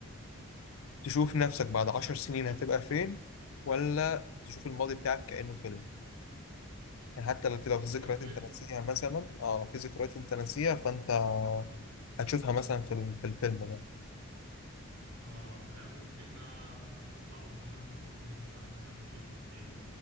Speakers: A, on the left; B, on the right.
A: تشوف نفسك بعد عشر سنين هتبقى فين ولا تشوف الماضي بتاعك كأنه فيلم يعني حتى لو في لو في ذكريات
B: انه فيلم
A: انت ناسيها مثلا اه لو في ذكريات انت ناسيها فانت هتشوفها مثلا في ال- في الفيلم ده
B: اه لا ممكن آه، اطلع قدام عشر سنين اشوف انا مثلا وصلت لفين